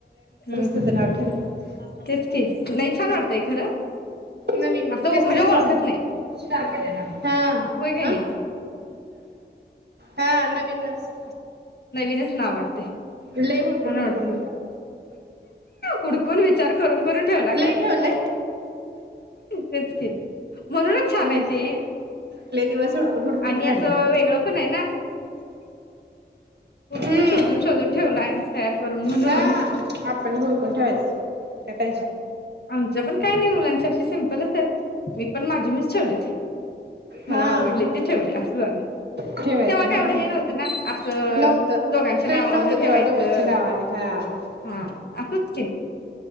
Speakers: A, on the left; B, on the right.
A: हम् हम्
B: तुझं नाव ठेवलं
A: तेच कि नाही छान वाटतय खरं.
B: नवीन
A: असं
B: तेस
A: म्हणजे
B: तेस
A: ओळखत
B: तॉमस
A: नाही
B: हा हं.
A: होय काय नाही
B: हा अ् नवीननास.
A: नवीनच नावाड. तय. छान
B: लय हुडकून हुडकून
A: वाट हुडकून विचार करून करून ठेवला
B: लय
A: काय?
B: ठेवलंय
A: तेच की म्हणूनच छान
B: लय
A: आहे ते
B: लय दिवस हुडकून हुडकून
A: आणि
B: काढले
A: असं वेगळं पण आहे ना. हुडकून
B: हम्म
A: शोधून शोधून ठेवलाय. तयार करून म्हणून
B: हा आपण हुडकून ठेवायच ते का
A: आमच्या पण काय नाही मुलां च्याशी सिंपलच मी पण माझी मीच ठेवले मला
B: हा
A: आवडली
B: मग
A: ती ठेवली असं झाल
B: ठेवायचं
A: तेव्हा का एवढं
B: हा
A: हे नव्हतं ना
B: नव्हतं
A: दोघांच्या
B: ट्रेंड
A: नावावर
B: नव्हतं
A: ठेवायचं
B: तेव्हा दोघांच्या नावाने हा
A: हा असंच च की